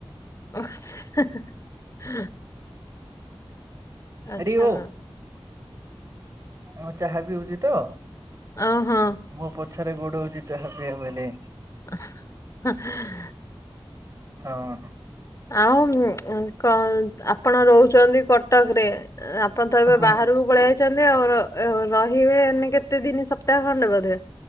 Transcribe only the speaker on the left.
<unintelligible> ଆଛା
ହଁ।
ଓହୋ।
<inaudible>
ଆଉ ଆପଣ ରହୁଛନ୍ତି କଟକରେ ଆପଣ ତ ଏବେ
ବାହାରକୁ ପଳେଇ ଆଇଛନ୍ତି ଆଉ, ରହିବେନି କେତେ ଦିନ ସପ୍ତାହ ଖଣ୍ଡେ ବୋଧେ?